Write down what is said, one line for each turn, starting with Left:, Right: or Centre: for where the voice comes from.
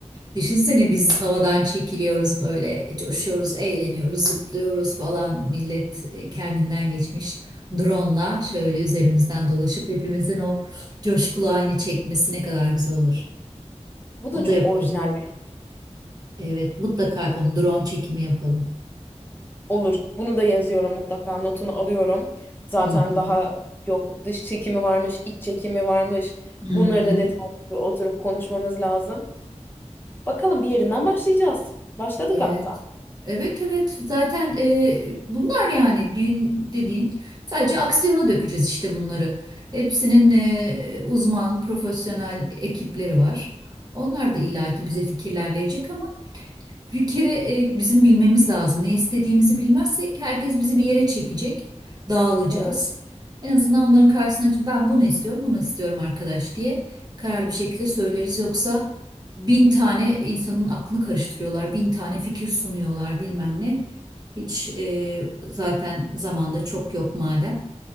Right: Düşünsene biz havadan çekiliyoruz böyle coşuyoruz, eğleniyoruz, zıplıyoruz falan. Millet e, kendinden geçmiş. Drone'la şöyle üzerimizden dolaşıp hepimizin o coşkulu halini çekmesi ne kadar güzel olur.
Left: bu
Right: Onu
Left: da çok
Right: da yapalım.
Left: orijinal
Right: Evet, mutlaka yapalım. Drone çekimi yapalım.
Left: Olur. Bunu da yazıyorum mutlaka. Notunu alıyorum. Zaten
Right: Hı hı.
Left: daha yok dış çekimi varmış, iç çekimi varmış.
Right: Hı
Left: Bunları
Right: hı.
Left: da detaylı bir oturup konuşmamız lazım. Bakalım bir yerinden başlayacağız. Başladık
Right: Evet.
Left: hatta.
Right: Evet evet zaten e, bunlar yani düğün dediğin sadece aksiyona dökeceğiz işte bunları. Hepsinin e, uzman, profesyonel ekipleri var. Onlar da illaki bize fikirler verecek ama bir kere e, bizim bilmemiz lazım. Ne istediğimizi bilmezsek herkes bizi bir yere çekecek. Dağılacağız.
Left: Evet.
Right: En azından onların karşısına çıkıp, ben bunu istiyorum, bunu istiyorum arkadaş diye kararlı bir şekilde söyleriz. Yoksa bin tane insanın aklını karıştırıyorlar, bin tane fikir sunuyorlar bilmem ne. Hiç e, zaten zamanda çok yok madem